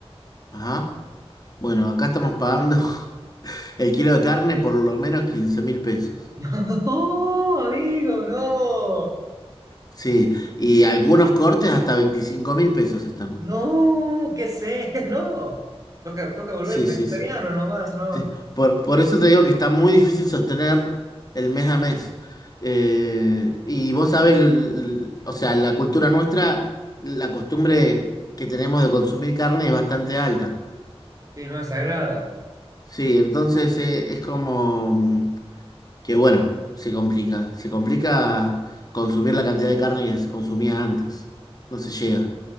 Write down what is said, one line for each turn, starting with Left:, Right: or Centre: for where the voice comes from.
Left: Ajá. Bueno, acá estamos pagando <laughs> el kilo de carne por lo menos quince mil pesos.
Right: <laughs> ¡Oh, amigo! ¡No!
Left: Sí, y algunos cortes hasta veinticinco mil pesos están.
Right: ¡No! ¿Qué sé? <laughs> ¡No! Toca, toca volverse
Left: Sí,
Right: vegetariano
Left: sí, sí.
Right: nomás, ¿no?
Left: Sí, Por, por eso te digo que está muy difícil sostener el mes a mes. Eh, y vos sabés, l- l- o sea, la cultura nuestra, la costumbre que tenemos de consumir carne es bastante alta.
Right: Sí, no es desagrada.
Left: Sí, entonces eh, es como mm, que bueno, se complica. Se complica consumir la cantidad de carne que se consumía antes. No se llega.